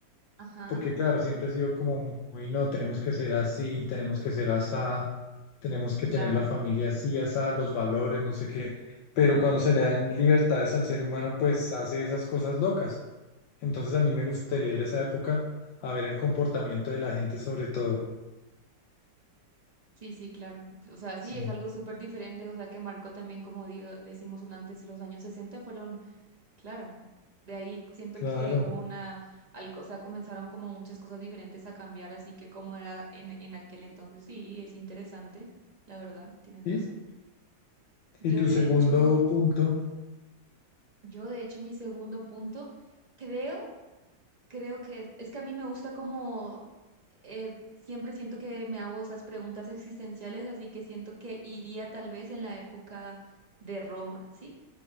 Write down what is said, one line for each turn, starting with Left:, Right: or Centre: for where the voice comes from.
Right: Ajá,
Left: porque claro, siempre he sido como muy, no, tenemos que ser así, tenemos que ser asá, tenemos que
Right: claro.
Left: tener la familia así, asá, los valores, no sé qué, pero cuando se le dan libertades al ser humano, pues hace esas cosas locas. Entonces a mí me gustaría ir a esa época a ver el comportamiento de la gente sobre todo.
Right: Sí, sí, claro. O sea, sí,
Left: Sí,
Right: es algo súper diferente, o sea, que marcó también, como digo, decimos un antes, los años 60 fueron Claro, de ahí siento
Left: claro.
Right: que hubo una, al- o sea, comenzaron como muchas cosas diferentes a cambiar, así que como era en, en aquel entonces, sí, es interesante, la verdad, tienes
Left: Y,
Right: razón. Yo
Left: y tu
Right: de
Left: segundo
Right: hecho,
Left: punto
Right: yo de hecho mi segundo punto, creo, creo que es, es que a mí me gusta como, eh, siempre siento que me hago esas preguntas existenciales, así que siento que iría tal vez en la época de Roma, ¿sí?